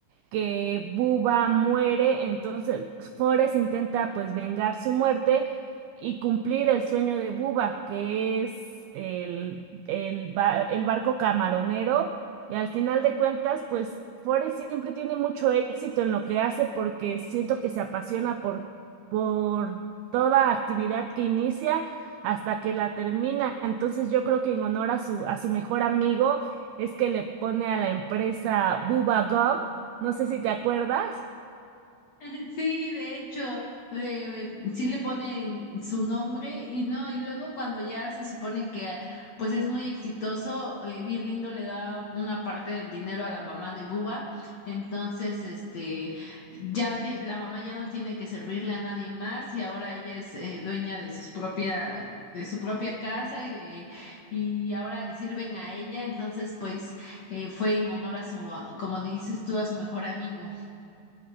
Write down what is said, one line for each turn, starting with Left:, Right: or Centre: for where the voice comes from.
Right: que Buba muere, entonces Forrest intenta pues vengar su muerte y cumplir el sueño de Buba, que es el, el, ba- el barco camaronero, y al final de cuentas pues Forrest siempre tiene mucho éxito en lo que hace porque siento que se apasiona por, por toda actividad que inicia hasta que la termina, entonces yo creo que en honor a su, a su mejor amigo es que le pone a la empresa Bubba Gum, no sé si te acuerdas. <laughs>
Left: <laughs> Sí, de hecho, eh, eh, sí le ponen su nombre y no, y luego cuando ya se supone que pues es muy exitoso, eh, bien lindo le da una parte del dinero a la mamá de Buba, entonces este ya no ti- la mamá ya no tiene que servirle a nadie más y ahora ella es eh, dueña de sus propia de su propia casa y de y ahora le sirven a ella, entonces pues eh, fue en honor a su como dices tú a su mejor amigo.